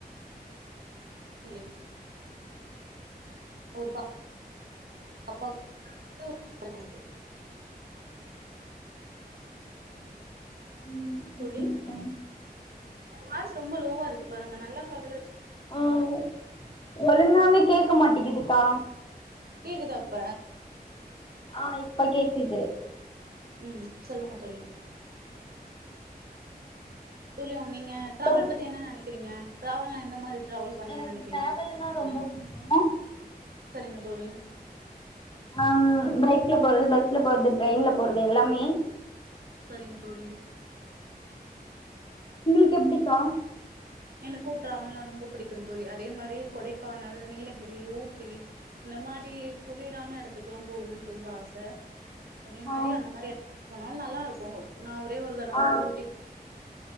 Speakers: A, on the right; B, on the left.
A: சொல்லு ஒரு ப பாப்பா <inaudible>
B: ம்
A: தோழி
B: ஓகேங்க்கா
A: வாய்ஸ் ரொம்ப லோவா இருக்கு பாருங்க நல்லா காதுல வச்சி
B: ம் ஒழுங்காவே கேக்க மாட்டேங்குதுக்கா
A: கேக்குதா இப்ப
B: ஆ இப்ப கேக்குது
A: ம் சொல்லுங்க தோழி தோழி நீங்க டிராவல்
B: ஒரு
A: பத்தி என்ன நெனைக்கிறீங்க டிராவல்னா எந்த மாரி டிராவல் பண்ணணும்னு
B: எனக்கு
A: நெனைப்பீங்க
B: டிராவல்னா ரொம்ப புடிக்கு
A: சரிங்க தோழி
B: ஆ பைக்ல போறது பஸ்ல போறது ட்ரெயின்ல போறது எல்லாமே
A: சரிங்க தோழி
B: உங்களுக்கு எப்டிக்கா
A: எனக்கு ட்ராவல்னா ரொம்ப பிடிக்கு தோழி அதே மாரி கொடைக்கானல் நீலகிரி ஊட்டி இந்த மாரி குளிரான எடத்துக்கல்லா போகணுனு ரொம்ப ஆச அதே மாரி
B: ஆ
A: அந்த மாரி ஏடத்துக்கு போனாலு நல்லாருக்கு நா ஒரே ஒரு தடவ
B: ஆ
A: மட்டு ஊட்டிக்